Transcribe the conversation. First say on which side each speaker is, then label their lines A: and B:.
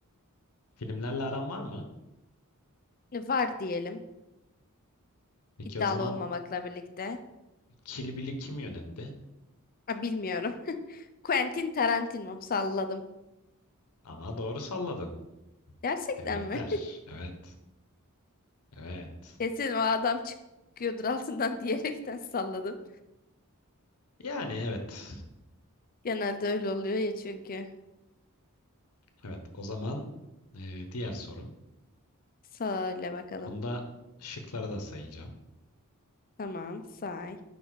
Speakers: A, on the left; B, on the left.
A: Filmlerle aran var mı?
B: Var diyelim.
A: Peki
B: İddialı
A: o zaman
B: olmamakla birlikte.
A: Kill Bill'i kim yönetti?
B: Ha, bilmiyorum. <laughs> Quentin Tarantino. Salladım.
A: Ama doğru salladın.
B: Gerçekten
A: Tebrikler.
B: mi?
A: Evet. Evet.
B: Kesin o adam çıkıyordur altından <laughs> diyerekten salladım.
A: Yani evet.
B: Genelde öyle oluyor ya çünkü.
A: Evet. O zaman e, diğer sorum.
B: Söyle bakalım.
A: Bunda şıkları da sayacağım.
B: Tamam, say.